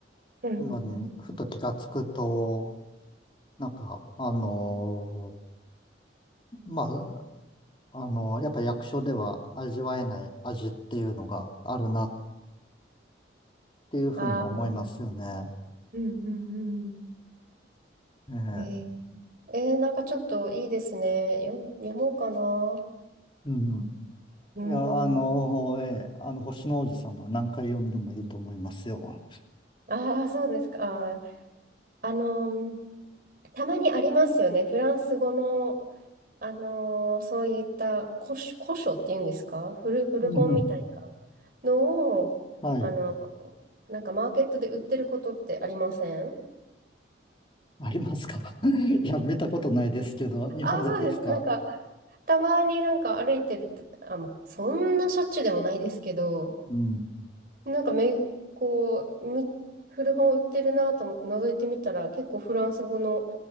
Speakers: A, on the right; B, on the left.
A: うん。
B: のに、ふと気がつくと、なんか、あのーまあ、あの、やっぱ役所では味わえない味っていうのがあるなっていうふうには思いますよね。
A: ああうんうん
B: ええ。
A: うんえー、えーなんかちょっといいですね。読ん、読もうかな。
B: うん。
A: う
B: いや、あの、
A: ん。
B: ええ、あの、星の王子様は何回読んでもいいと思いますよ。
A: ああ、そうですか。あー、あのーたまにありますよね。フランス語のあのーそういった古書、古書っていうんですか古、古本みたいな
B: うん。
A: のを、
B: はい。
A: あの、なんかマーケットで売ってることってありません
B: ありますか <laughs> いや、見たことないですけど、日本でですか
A: ああ、そうです。なんか、たまになんか歩いてると、あ、もうそんなしょっちゅうでもないですけど、
B: うん。
A: なんかめ、こう、み、古本売ってるなと思って覗いてみたら、結構フランス語の